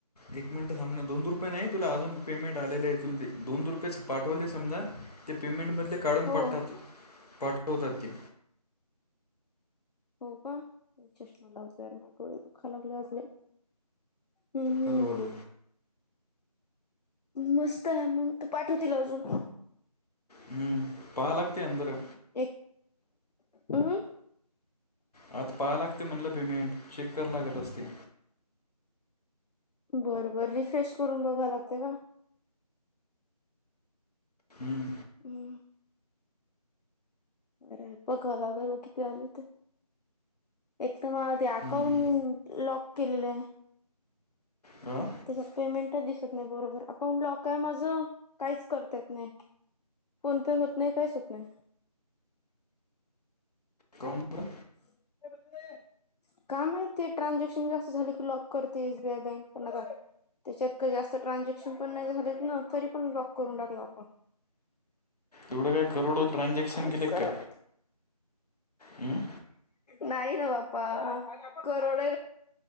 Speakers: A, on the left; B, on the left.
A: एक मिनिटं थांब ना दोन रुपये नाही तुला अजून पेमेंट आलेले आहे तुल ते दोन रुपयेच पाठवले समजा ते पेमेंट मधले काढून
B: हो
A: पाठतात पाठवतात ते
B: हो का चष्मा लावतो यार डोळे दुःखा लागले आज लई हम्म हम्म
A: हॅलो हॅलो
B: मस्त आहे मग तू पाठवतील अजून
A: हम्म पालकते अंदर
B: एक हम्
A: आता पाहा लागते म्हणलं पेमेंट चेक कर लागत असते
B: <inaudible> बरं बरं रिफ्रेश करून बघाव लागते का
A: हम्म
B: हम् अरे बघाला लागल मग किती आले तर एक तर मग ते अकाउंट
A: हम्म.
B: लॉक केलेलं आहे
A: ह
B: त्याच्या पेमेंटच दिसत नाही बरोबर अकाउंट लॉक आहे माझं काहीच करता येत नाही फोन पे होत नाही काहीच होत नाही
A: काहून बर
B: <unintelligible> काय माहिती ट्रान्झॅक्शन जास्त झाले की लॉक करते एसबीआय बँक पण आता त्याच्यात का जास्त ट्रान्झॅक्शन पण नाही झालेत ना तरी पण लॉक करून टाकला अकाउंट
A: एवढं काय करोड ट्रान्झॅक्शन
B: कायच
A: केले काय
B: करावं
A: हमं
B: नाही ना बाप्पा करोडो